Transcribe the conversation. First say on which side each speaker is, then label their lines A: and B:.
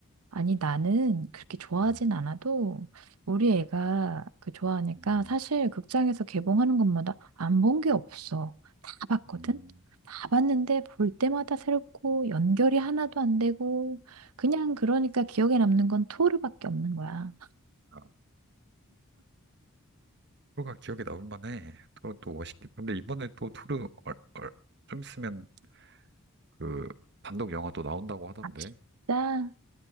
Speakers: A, on the right (about 85°); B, on the right (about 50°).
A: 아니, 나는 그렇게 좋아하진
B: 음.
A: 않아도 우리 애가 그 좋아하니까
B: 음.
A: 사실 극장에서 개봉하는 것마다 안 본 게 없어. 다 봤거든?
B: 음.
A: 다 봤는데 볼 때마다 새롭고 연결이 하나도 안 되고 그냥 그러니까 기억에 남는 건 토르밖에 없는 거야.
B: 아, 토르가 기억에 남을 만해. 토르 또 멋있게. 근데 이번에 또 토르 얼, 얼, 좀 있으면 그 단독 영화도 나온다고 하던데.
A: 아, 진짜?